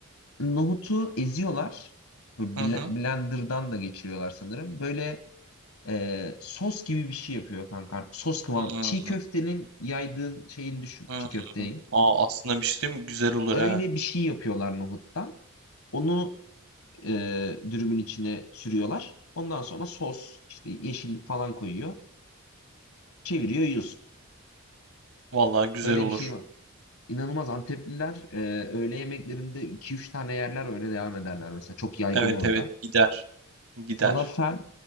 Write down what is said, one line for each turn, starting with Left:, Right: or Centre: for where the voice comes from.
Left: Nohutu eziyorlar. Bu bl-
Right: Hı hı.
Left: Blender'dan da geçiriyorlar sanırım. Böyle e, sos gibi bir şey yapıyor kanka. artık. Sos kıvamı.
Right: Hı hı.
Left: Çiğ köftenin yaydığın şeyini düşün.
Right: Hı
Left: Çiğ köfteyi.
Right: hı. Aa, aslında bir şey diyeyim mi? Güzel olur
Left: Öyle
Right: ha.
Left: bir şey yapıyorlar nohuttan. Onu e, dürümün içine sürüyorlar. Ondan sonra sos, işte yeşillik falan koyuyor. Çeviriyor yiyorsun.
Right: Vallahi güzel
Left: Böyle
Right: olur.
Left: bir şey var. İnanılmaz Antepliler e, öğle yemeklerinde iki üç tane yerler öyle devam ederler mesela. Çok yaygın
Right: Evet
Left: orada.
Right: evet gider. Gider.
Left: Falafel